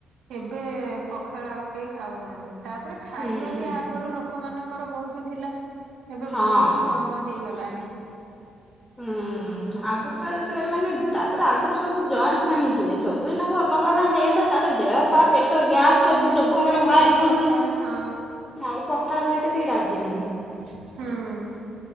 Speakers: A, on the right; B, on the left.
A: ଏବେ ପଖାଳ ଆଉ କେହି ଖାଉନାହାନ୍ତି। ତାପରେ ଖାଇବା
B: ହୁଁ।
A: ବି ଆଗରୁ ଲୋକମାନଙ୍କର ବହୁତ ଥିଲା ଏବେ
B: ହଁ
A: ବହୁତ କମ ହେଇଗଲାଣି।
B: ହୁଁ। ଆଗରୁ ବା ଯେତେବେଳେ ମାନେ ତାପରେ ଆଗରୁ ସବୁ ଜଏଣ୍ଟ ଫ୍ୟାମିଲି ଥିଲେ, ସବୁ ଏଇନାକୁ ଅଲଗା ଅଲଗା ହେଇଗଲେ। ତାପରେ ଦେହପା ପେଟ ଗ୍ୟାସ
A: ହୁଁ
B: ସବୁ ଲୋକଙ୍କର
A: ସେଥିପାଇଁ
B: ବାହାରି ପଡୁଛି।
A: ପଖାଳ ହଁ
B: ନାଇଁ ପଖାଳ ଖାଇବାକୁ ତ କେହି ରାଜି ନୁହଁ।
A: ହୁଁ।